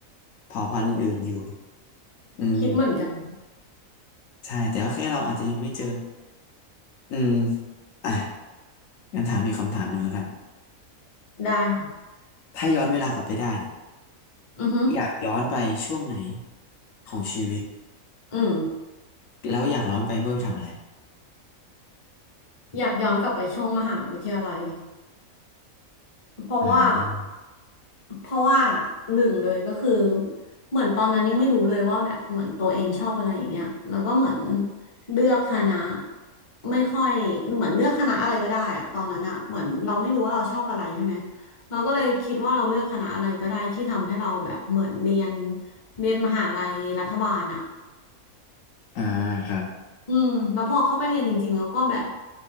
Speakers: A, on the left; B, on the left.
A: เผ่าพันธุ์อื่นๆอยู่อืม
B: คิดเหมือนกัน
A: ใช่แต่ว่าแค่เราอาจจะยังไม่เจอ อืมอ่ะงั้นถามอีกคำถามหนึ่งแล้วกัน
B: ได้ค่ะ
A: ถ้าย้อนเวลากลับไปได้เนี่ย
B: อือฮึ
A: อยากย้อนไปช่วงไหนของชีวิต
B: อืม
A: แล้วอยากย้อนไปเพื่อไปทำอะไร
B: อยากย้อนกลับไปช่วงมหาวิทยาลัยเพราะว่า
A: อ่า
B: เพราะว่าหนึ่งเลยก็คือเหมือนตอนนั้นยังไม่รู้เลยว่าแบบเหมือนตัวเองชอบอะไรอย่างเงี้ยแล้วก็เหมือนเลือกคณะไม่ค่อยเหมือนเลือกคณะอะไรก็ได้อะตอนนั้นอะเหมือนเราไม่รู้ว่าเราชอบอะไรใช่ไหมเราก็เลยคิดว่าเราเลือกคณะอะไรก็ได้ที่ทำให้เราแบบเหมือนเรียนเรียนมหาลัยรัฐบาลอะ
A: อ่าครับ
B: อืมแล้วพอเข้าไปเรียนจริงๆแล้วก็แบบ